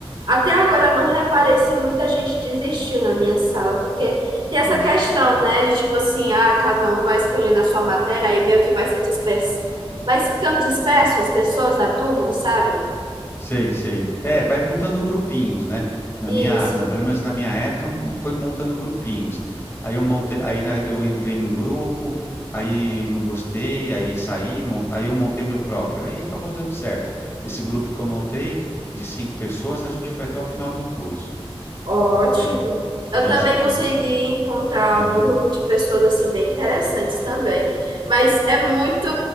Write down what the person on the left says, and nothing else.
Sim.
Sei, sei. É, vai montando grupinhos, né? Na
minha, na, pelo menos na minha época, m- foi montando grupinhos. Aí eu montei, aí na- eu entrei num grupo, aí não gostei, aí saí, mont, aí eu montei meu próprio. Aí acabou dando certo. Esse grupo que eu montei, de cinco pessoas, a gente foi até o final do curso.
Foi,
a gente
se introduziu.
Aham.